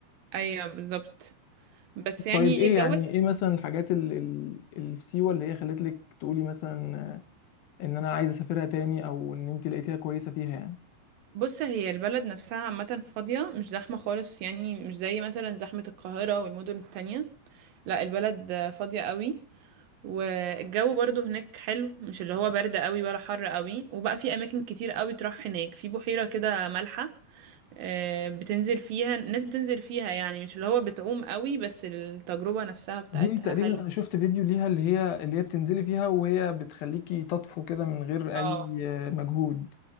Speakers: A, on the right (about 65°); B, on the left (about 70°).
A: ايوه بالظبط بس يعني
B: طيب ايه
A: جو
B: يعني ايه مثلا الحاجات ال- ال- اللي في سيوة اللي هي خلت لك تقولي مثلا آه، ان انا عايزة اسافرها تاني او ان انت لقيتيها كويسة فيها يعني
A: بص هي البلد نفسها عامة فاضية مش زحمة خالص يعني مش زي مثلا زحمة القاهرة والمدن التانية لا البلد فاضية قوي والجو برضو هناك حلو مش اللي هو برد قوي ولا حر قوي وبقى في اماكن كتير قوي تروح هناك في بحيرة كده مالحة آه، بتنزل فيها الناس بتنزل فيها يعني مش اللي هو بتعوم قوي بس التجربة نفسها بتاعتها
B: دي تقريبا
A: حلوة
B: انا شفت فيديو ليها اللي هي اللي هي بتنزلي فيها وهي بتخليكي تطفو كده من غير
A: اه
B: اي آه، مجهود